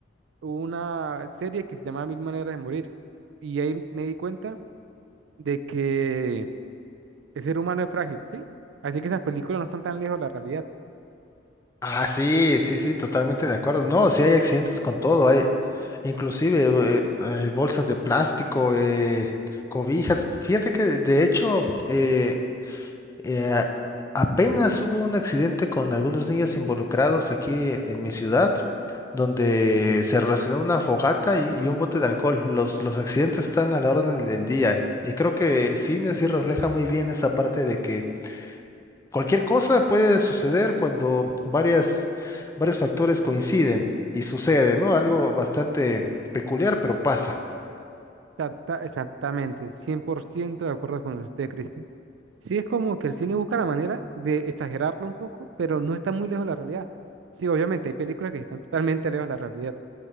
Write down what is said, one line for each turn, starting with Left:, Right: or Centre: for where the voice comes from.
Right: una serie que se llamaba Mil Maneras de Morir. Y ahí me di cuenta de que el ser humano es frágil, ¿sí? Así que esas películas no están tan lejos de la realidad.
Left: Ah, sí, sí, sí, totalmente de acuerdo. No, sí hay accidentes con todo, hay inclusive eh, hay bolsas de plástico, eh, cobijas. Fíjate que de hecho, eh, Eh, apenas hubo un accidente con algunos niños involucrados aquí e- en mi ciudad, donde se relacionó una fogata y, y un bote de alcohol. Los, los accidentes están a la orden del día y creo que el cine sí refleja muy bien esa parte de que cualquier cosa puede suceder cuando varias, varios factores coinciden y sucede, ¿no? Algo bastante peculiar, pero pasa.
Right: Exacta- exactamente, 100% de acuerdo con usted, Cristian. Sí, es como que el cine busca la manera de exagerarlo un poco, pero no está muy lejos de la realidad. Sí, obviamente, hay películas que están totalmente lejos de la realidad,